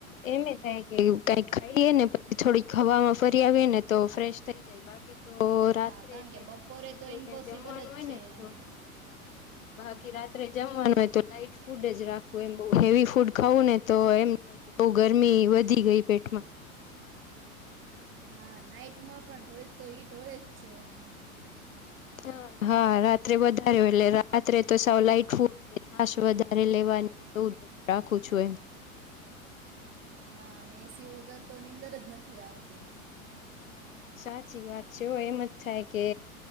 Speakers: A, on the left; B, on the right.
A: એમે થાય કે વું કાયક ખાઈએ ને પછી થોડીક હવામાં ફરી આવીએ ને તો ફ્રેશ થઈ જાય. બાકી તો
B: હા
A: રાત્રેને
B: કારણ કે બપોરે તો
A: એવું
B: ઇમ્પોસિબલ
A: કાય જમવાનું
B: જ
A: હોય
B: છે
A: ને તો
B: એમ
A: બાકી રાત્રે જમવાનું હોય તો લાઈટ ફૂડ જ રાખુ એમ બોવ હેવી ફૂડ ખાઉ ને તો એમ થાય કે બોવ ગરમી વધી ગઈ પેટમાં.
B: હા, નાઈટમાં પણ થોડીક તો હીટ હોય જ છે એમ.
A: હા, હા રાત્રે વધારે હોય એટલે રાત્રે તો સાવ લાઈટ ફૂડ ને છાસ વધારે લેવાની એવું બધું રાખું છું એમ.
B: હા, અને એ સી વગર તો નીંદર જ નથી આવતી.
A: સાચી વાત છે હો. એમ જ થાય કે